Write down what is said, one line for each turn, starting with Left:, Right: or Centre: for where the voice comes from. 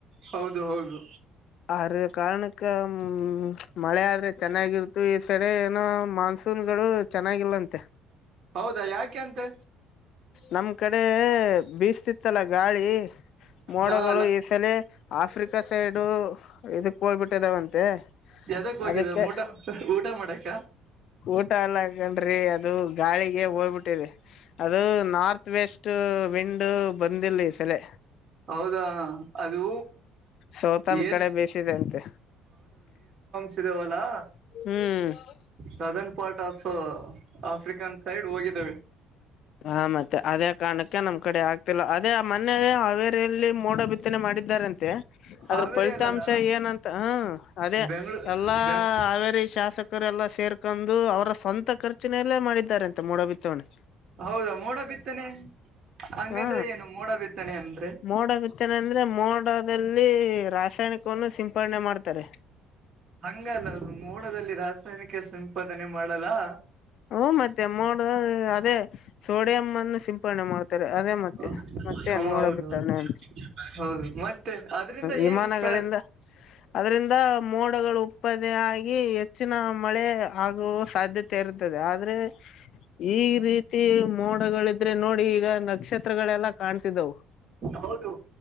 Right: ಹೌದು ಹೌದು.
Left: ಅರ ಕಾರಣಕ್ಕ ಹ್ಮ ಮಳೆ ಆದ್ರೆ ಚೆನ್ನಾಗಿರ್ತು ತಡೆ ಏನೋ ಮಾನ್ಸೂನ್ ಗಳು ಚೆನ್ನಾಗಿಲ್ಲಂತೆ.
Right: ಹೌದಾ ಯಾಕೆ ಅಂತೆ
Left: ನಮ್ ಕಡೆ ಬೀಸ್ತಿತ್ತಲ್ಲಾ ಗಾಳಿ ಮೋಡಗಳು
Right: ಹಾ ಅಲ್ಲ
Left: ಈಸಲೇ ಆಫ್ರಿಕಾ ಸೈಡು ಇದಕ್ಕ ಹೋಗ್ಬಿಟ್ಟದಾವಂತೆ
Right: ಎದಕ್ ಹೋಗಿದ
Left: ಅದಕ್ಕೆ
Right: ಊಟ ಊಟ ಮಾಡಕ್ಕ
Left: ಊಟ ಅಲ್ಲಾ ಕಂಡ್ರಿ ಅದು ಗಾಳಿಗೆ ಹೋಗ್ ಬಿಟ್ಟಿದೆ ಅದು ನಾರ್ತ್ ವೆಸ್ಟ್ ಇಷ್ಟು ವಿಂಡ್ ಬಂದಿಲ ಈ ಸಲೆ.
Right: ಹೌದಾ ಅದು
Left: ಸೌತನ್
Right: ಏರ್
Left: ಕಡೆ ಬೇಸಿದೆ ಅಂತೆ.
Right: ವೆಷ್ಟಾಟೌಸ್ ಇದೇವಲ್ಲಾ,
Left: ಹುಂ
Right: southern part of African side ಹೋಗಿದ್ದಾವೆ
Left: ಹ ಮತ್ತೆ ಅದೇ ಕಾರಣಕ್ಕೆ ನಮ್ ಕಡೆ ಆಗ್ತಿಲ್ಲ ಅದೇ ಆ ಮೋನೇ ಹಾವೇರಿಯಲ್ಲಿ ಮೋಡ ಬಿತ್ತ ಬಿತ್ತನೆ ಮಾಡಿದ್ದಾರಂತೆ.
Right: ಹಾವೇರಿ
Left: ಅದ್ರ ಫಲಿತಾಂಶ
Right: ಅಲ್ಲಲ್ಲ
Left: ಏನಂತ ಹ ಅದೇ
Right: ಬೆಂಗ್ಳೂ
Left: ಎಲ್ಲಾ
Right: ಬೆಂಗ
Left: ಹಾವೇರಿ ಶಾಸಕ ಕರೆ ಎಲ್ಲಾ ಸೇರ್ಕೊಂಡು ಅವರ ಸ್ವಂತ ಖರ್ಚಿನಲ್ಲೇ ಮಾಡಿದ್ದಾರೆ ಅಂತಾ ಮೋಡ ಬಿತ್ತನೆ.
Right: ಹೌದಾ ಮೋಡ ಬಿತ್ತನೆ ಹಂಗಂದ್ರೆ
Left: ಹ
Right: ಏನು ಮೋಡ ಬಿತ್ತನೆ ಅಂದ್ರೆ.
Left: ಮೋಡ ಬಿತ್ತನೆ ಅಂದ್ರೆ ಮೋಡದಲ್ಲಿ ರಾಸಾಯನಿಕವನ್ನು ಸಿಂಪಡಣೆ ಮಾಡ್ತಾರೆ.
Right: ಹಂಗಲ್ಲ ಅದು ಮೂಡದಲ್ಲಿ ರಾಸಾಯನಿಕ ಸಂಪಾದನೆ ಮಾಡಲ್ಲಾ.
Left: ಹುಂ ಮತ್ತೆ ಮೋಡ ಅದೇ ಸೋಡಿಯಂ ಅನ್ನು ಸಿಂಪಡಣೆ ಮಾಡ್ತಾರೆ ಅದೇ ಮತ್ತೆ
Right: ಹ್ಮ
Left: ಮತ್ತೆ ಎನ್ ಮೋಡ
Right: ಹೌದು
Left: ಬಿತ್ತೆ
Right: ಹೌದು
Left: ಅಂದ್ರೆ.
Right: ಹೌದು ಮತ್ತೆ ಅದ್ರಿಂದ
Left: ವಿಮಾನಗಳಿಂದ
Right: ಏನ್ ಪ್
Left: ಅದರಿಂದ ಮೋಡಗಳು ಉತ್ಪಾದನೆ ಆಗಿ ಹೆಚ್ಚಿನ ಮಳೆ ಆಗುವ ಸಾಧ್ಯತೆ. ಆಗ್ತಾದ್ದೆ ಆದ್ರೆ ಈ ರೀತಿ. ಮೋಡಗಳಿದ್ರೆ ನೋಡಿ ಈಗ ನಕ್ಷತ್ರಗಳೆಲ್ಲಾ ಕಾಣ್ತಿದ್ದವು.
Right: ಹೌದು